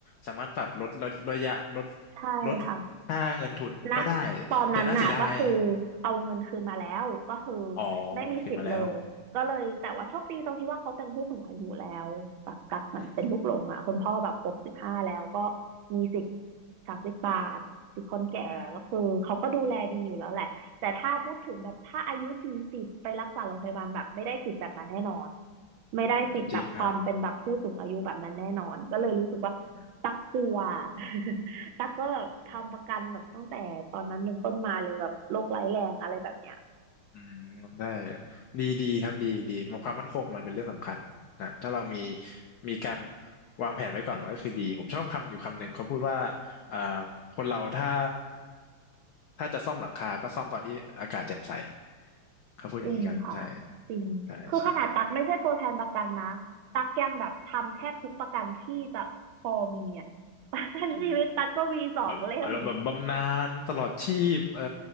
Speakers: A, on the left (about 75°); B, on the right (about 75°).
A: สามารถปรับลดลดระยะลด
B: ใช่ค่ะ
A: ลดค่าเงินทุนก็ได้
B: ณตอนนั้นน่ะก็คือ
A: แต่น่าเสียดาย
B: เอาเงินคืนมาแล้วก็คือ
A: อ๋อเวรคืนมาแล้ว
B: ไม่มีสิทธิ์เลยก็เลยแต่ว่าโชคดีตรงที่ว่าเขาเป็นผู้สูงอายุแล้วแบบกับเหมือนเป็นลูกหลงอ่ะคุณพ่อแบบหกสิบห้าแล้วก็
A: อืม
B: มีสิทธิ์สามสิบบาทสิทธิ์คนแก่ก็คือเขาก็ดูแลดีอยู่แล้วแหละแต่ถ้าพูดถึงแบบถ้าอายุสี่สิบไปรักษาโรงพยาบาลแบบไม่ได้สิทธิ์แบบนั้นแน่นอน
A: อืม
B: ไม่ได้สิทธิ์แบบความเป็นแบบผู้สูงอายุแบบนั้นแน่นอนก็เลยรู้สึกว่าตักกลัว
A: อืมจริงครับอ
B: <laughs> ตักก็แบบทำประกันแบบตั้งแต่ตอนนั้นเป็นต้นมาเลยแบบโรคร้ายแรงอะไรแบบเนี้ย
A: ืม อืมได้ดีดีครับดีดีมันความมั่นคงมันเป็นเรื่องสำคัญนะถ้าเรามีมีการวางแผนไว้ก่อนมันก็คือดีผมชอบคำอยู่คำหนึ่งเขาพูดว่าอ่าคนเราถ้าถ้าจะซ่อมหลังคาก็ซ่อมตอนที่อากาศแจ่มใสเขาพูดอย่างนี้กันใช่
B: จริงค่ะจริงคือขนาดตักไม่ใช่ตัวแทนประกันนะตักยังแบบทำแทบทุกประกันที่จะพอมีอ่ะ
A: ใช่ใช่
B: <laughs> ประกันชีวิตตักก็มีสองเล่ม
A: อืมอารอารมณ์แบบบำนาญตลอดชีพเอ่อ